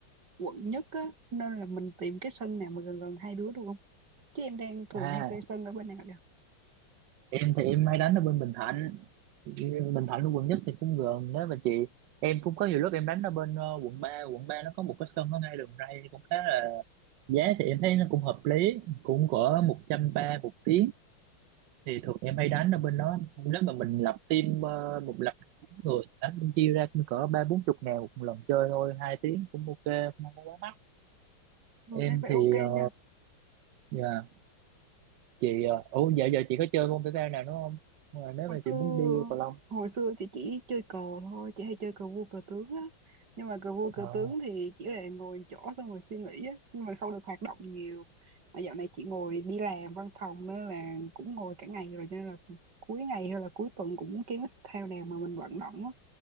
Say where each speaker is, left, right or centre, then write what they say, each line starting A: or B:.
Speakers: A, on the right; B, on the right.
A: quận nhất á nên là mình tìm cái sân nào mà gần gần hai đứa được không? Chứ em đang thường
B: à
A: hay thuê sân ở bên nào vậy?
B: em thì em hay đánh ở bên Bình Thạnh Bình Thạnh ở quận nhất thì cũng gần đó mà chị em cũng có nhiều lúc em đánh ở bên ờ, quận ba quận 3 nó có một cái sân ở ngay đường ray cũng khá là giá thì em thấy nó cũng hợp lý cũng cỡ một trăm ba một tiếng thì thường em hay đánh ở bên đó nếu mà mình lập team ờ, một lập bốn người đánh cũng chia ra cũng cỡ ba bốn chục ngàn một lần chơi thôi hai tiếng cũng ok không có quá mắc
A: Ừ,
B: em
A: em phải
B: thì
A: ok
B: ờ,
A: nha.
B: dạ chị ờ, ủa dạo giờ chị có chơi môn thể thao nào nữa không mà nếu
A: Hồi
B: mà
A: xưa
B: chị muốn đi cầu lông
A: hồi xưa chị chỉ chơi cờ thôi, chị hay chơi cờ vua cờ tướng á. Nhưng mà cờ vua cờ
B: ờ,
A: tướng thì chỉ là ngồi chỗ xong rồi suy nghĩ á, nhưng mà không được hoạt động nhiều. Mà dạo này chị ngồi đi làm văn phòng nên là cũng ngồi cả ngày rồi cho nên là cuối ngày hay là cuối tuần cũng kiếm cái thể thao nào mà mình vận động á